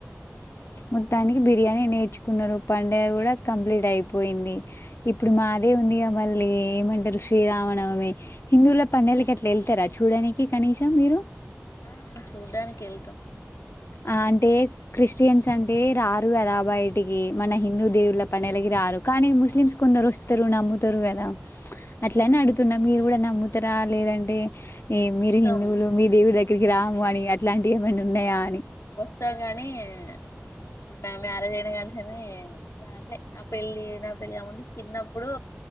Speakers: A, on the left; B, on the left.
A: ఇగ
B: మొత్తానికి
A: వాళ్ళు
B: బిర్యానీ నేర్చుకు పునరు పండగ కూడా కంప్లీట్ అయిపోయింది. ఇప్పుడు
A: ఆ
B: మాదే ఉందిగా మళ్ళ్ అ ఏమంటారు శ్రీరామనవమి హిందువుల పండగలకి అట్లా వెళ్తారా చూడడానికి కనీసం మీరు
A: ఆ చూడ్డానికి ఎళ్తాం
B: ఆ అంటే క్రిస్టియన్స్ అంటే రారు గదాబై ఇటికి మన హిందూ
A: చూడ్డానికి
B: దేవుళ్ల పనులకి
A: వెళ్తాం
B: రారు కానీ ముస్లిమ్స్ కొందరు వస్ ఇస్తరు నమ్ముతరు కదా అట్లనే
A: అవును
B: అడుగుతున్నా మీరు కూడా నమ్ము ఇతర లేదండి ఏ
A: చూత్తాం
B: మీరు హిందువులు మీ దేవులు ఎ ఇక్కడికి రాము అని అట్లాంటియి ఏమైనా ఉన్నాయా అని?
A: వస్తాను కానీ నేను ఇప్పుడు నా మ్యారేజ్ అయినా కాంచని రాట్లే నా పెళ్ళి నా పెళ్ళికాక ముందు చిన్నప్పుడు